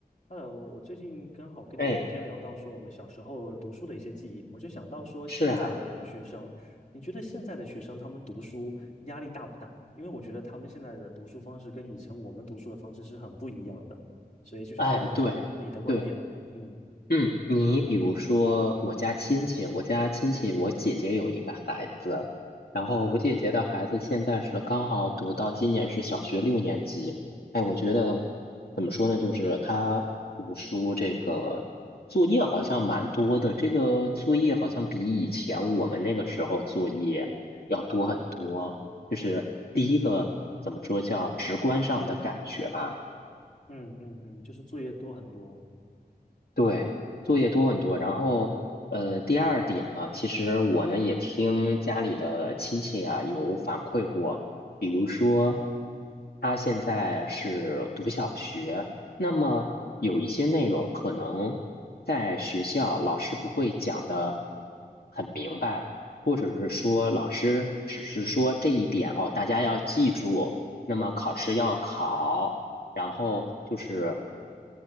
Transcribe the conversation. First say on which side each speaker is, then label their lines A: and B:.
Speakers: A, on the left; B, on the left.
A: Hello，我最近刚好跟你聊天聊到说我们小时候读书的一些记忆，
B: 哎，
A: 我就想到说现在的学生，
B: 是啊，
A: 你觉得现在的学生他们读书压力大不大？因为我觉得他们现在的读书方式跟以前我们读书的方式是很不一样的，所以就想问问看你的观点。
B: 哎，对，对，
A: 嗯
B: 嗯，你比如说我家亲戚，我家亲戚，我姐姐有一个孩子，然后我姐姐的孩子现在是刚好读到今年是小学六年级，哎，我觉得怎么说呢，就是他读书这个作业好像蛮多的，这个作业好像比以前我们那个时候作业要多很多，就是第一个怎么说叫直观上的感觉吧。
A: 嗯嗯嗯，就是作业多很多，
B: 对，作业多很多。然后，呃，第二点嘛，其实我呢也听家里的亲戚啊有反馈过，比如说他现在是读小学，那么有一些内容可能在学校老师不会讲的很明白，或者是说老师只是说这一点哦，大家要记住，那么考试要考。然后就是